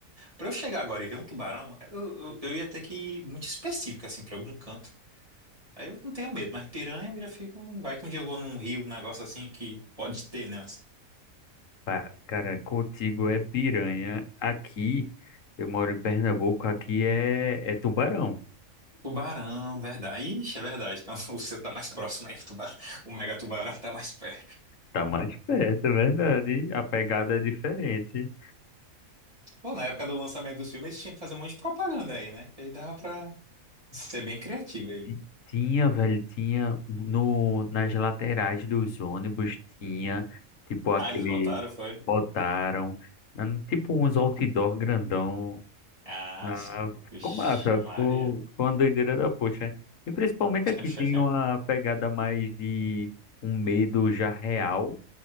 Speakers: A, on the right; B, on the left.
A: pra eu chegar agora e ver um tubarão, eu, eu, eu ia ter que ir muito específico, assim, pra algum canto. Aí eu não tenho medo, mas piranha eu já fico. Vai que um dia eu vou num rio, um negócio assim que pode ter, né?
B: Para, cara, contigo é piranha. Aqui, eu moro em Pernambuco, aqui é, é tubarão.
A: Tubarão, verdade. Ixi, é verdade. Então <laughs> o seu tá mais próximo aí. O, tubarão, o Mega Tubarão tá mais perto.
B: Tá mais perto, é verdade. A pegada é diferente.
A: Bom, na época do lançamento dos filmes, eles tinham que fazer um monte de propaganda aí, né? Que aí dava pra ser bem criativo aí.
B: E Tinha, velho, tinha no, nas laterais dos ônibus, tinha, tipo, aquele,
A: Ah, eles botaram, foi?
B: botaram, hum, tipo, uns outdoor grandão.
A: Ah,
B: Ah,
A: sim.
B: ficou
A: Vixe,
B: massa,
A: Maria.
B: ficou, ficou uma doideira da poxa, né? E principalmente
A: <laughs>
B: aqui tem uma pegada mais de um medo já real,